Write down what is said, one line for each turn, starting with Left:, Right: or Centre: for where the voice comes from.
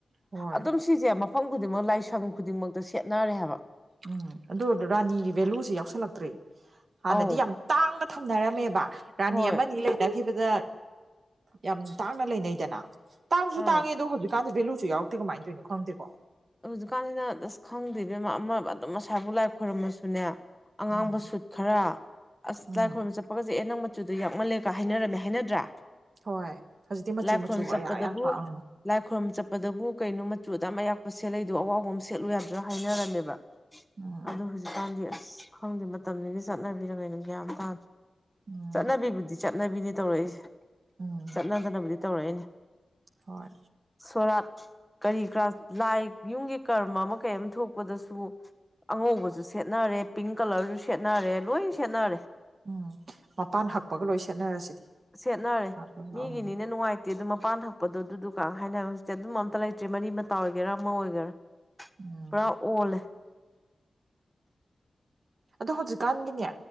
Right: ꯍꯣꯏ
Centre: ꯑꯗꯨꯝ ꯁꯤꯁꯦ ꯃꯐꯝ ꯈꯨꯗꯤꯡꯃꯛ ꯂꯥꯏꯁꯪ ꯈꯨꯗꯤꯡꯃꯛꯇ ꯁꯦꯠꯅꯔꯦ ꯍꯥꯏꯕ
Right: ꯎꯝ ꯑꯗꯨ ꯔꯥꯅꯤꯒꯤ ꯚꯦꯂꯨꯁꯦ ꯌꯥꯎꯁꯜꯂꯛꯇ꯭ꯔꯦ ꯍꯥꯟꯅꯗꯤ
Centre: ꯑꯧ
Right: ꯌꯥꯝ ꯇꯥꯡꯅ ꯊꯝꯅꯔꯝꯃꯦꯕ ꯔꯥꯅꯤ
Centre: ꯍꯣꯏ
Right: ꯑꯃꯅꯤ ꯂꯩ ꯈꯤꯕꯗ ꯌꯥꯝ ꯇꯥꯡꯅ ꯂꯩꯅꯩꯗꯅ ꯇꯥꯡꯁꯨ
Centre: ꯑꯥ
Right: ꯇꯥꯡꯉꯤ ꯑꯗꯣ ꯍꯧꯖꯤꯛ ꯀꯥꯟꯗ ꯕꯦꯂꯨꯁꯨ ꯌꯥꯎꯔꯛꯇꯦ ꯀꯃꯥꯏꯅ ꯇꯧꯏꯅꯣ ꯈꯪꯗꯦꯀꯣ
Centre: ꯍꯧꯖꯤꯛꯀꯥꯟꯁꯤꯅ ꯑꯁ ꯈꯪꯗꯦꯗꯅ ꯑꯃ ꯑꯗꯨꯝ ꯃꯁꯥꯏꯕꯨ ꯂꯥꯏ ꯈꯣꯏꯔꯝꯃꯁꯨꯅꯦ ꯑꯉꯥꯡꯕ
Right: ꯎꯝ
Centre: ꯁꯨꯠ ꯈꯔ ꯑꯁ
Right: ꯎꯝ
Centre: ꯂꯥꯏꯈꯣꯏꯔꯝꯕ ꯆꯠꯄꯒꯁꯦ ꯑꯦ ꯅꯪ ꯃꯠ ꯆꯨꯗ ꯌꯥꯛꯃꯜꯂꯦꯒ ꯍꯥꯏꯅꯔꯝꯃꯦ ꯍꯥꯏꯅꯗ꯭ꯔꯥ
Right: ꯍꯣꯏ ꯍꯧꯖꯤꯛꯇꯤ ꯃꯆꯨ
Centre: ꯂꯥꯏ ꯈꯣꯏꯔꯝ
Right: ꯃꯆꯨ
Centre: ꯆꯠꯄꯗꯕꯨ
Right: ꯑꯌꯥꯛ ꯑꯌꯥꯛꯄ ꯑꯪ
Centre: ꯂꯥꯏ ꯈꯣꯏꯔꯨꯝ ꯆꯠꯄꯗꯕꯨ ꯀꯩꯅꯣ ꯃꯆꯨ ꯑꯗꯥꯝ ꯑꯌꯥꯛꯄ ꯁꯦꯠꯂꯛꯏꯗꯣ ꯑꯋꯥꯎꯕ ꯑꯃ ꯁꯦꯠꯂꯨ ꯌꯥꯗ꯭ꯔꯥ ꯍꯥꯏꯅꯔꯝꯃꯦꯕ
Right: ꯎꯝ
Centre: ꯑꯗꯨ ꯍꯨꯖꯤꯛꯀꯥꯟꯗꯤ ꯑꯁ ꯈꯪꯗꯦ ꯃꯇꯝꯗꯨꯒꯤ ꯆꯠꯅꯕꯤꯔ ꯀꯩꯅꯣ ꯂꯒ꯭ꯌꯥꯟ ꯇꯥꯗ꯭ꯔꯦ
Right: ꯎꯝ
Centre: ꯆꯠꯅꯕꯤꯕꯨꯗꯤ ꯆꯠꯅꯕꯤꯅꯦ ꯇꯧꯔꯛꯏꯁꯦ
Right: ꯎꯝ
Centre: ꯆꯠꯅꯗꯅꯕꯨꯗꯤ ꯇꯧꯔꯛꯏꯅꯦ
Right: ꯍꯣꯏ
Centre: ꯁꯣꯔꯥꯠ ꯀꯔꯤ ꯀꯔꯥꯁ ꯂꯥꯏ ꯌꯨꯝꯒꯤ ꯀꯔꯃ ꯑꯃ ꯀꯩ ꯑꯃ ꯊꯣꯛꯄꯗꯁꯨ ꯑꯉꯧꯕꯁꯨ ꯁꯦꯠꯅꯔꯦ ꯄꯤꯡ ꯀꯂꯔꯁꯨ ꯁꯦꯠꯅꯔꯦ ꯂꯣꯏ ꯁꯦꯠꯅꯔꯦ
Right: ꯎꯝ ꯃꯄꯥꯟ ꯍꯛꯄꯒ ꯂꯣꯏ ꯁꯦꯠꯅꯔꯁꯤꯗꯤ
Centre: ꯁꯦꯠꯅꯔꯦ
Right: ꯎꯝ
Centre: ꯃꯤꯒꯤꯅꯤꯅ ꯅꯨꯡꯉꯥꯏ ꯇꯤ ꯑꯗꯨ ꯃꯄꯥꯟ ꯍꯛꯄꯗꯣ ꯑꯗꯨꯗꯨꯗꯨꯀꯥ ꯍꯥꯏꯅꯕ ꯍꯧꯖꯤꯛꯇꯤ ꯑꯗꯨꯝ ꯑꯝꯇ ꯂꯩꯇ꯭ꯔꯦ ꯃꯔꯤ ꯃꯇꯥ ꯑꯣꯏꯒꯦꯔꯥ ꯑꯃ ꯑꯣꯏꯒꯦꯔꯥ
Right: ꯎꯝ
Centre: ꯄꯨꯔ ꯑꯣꯜꯂꯦ
Right: ꯑꯗꯣ ꯍꯧꯖꯤꯛꯀꯥꯟꯒꯤꯅꯦ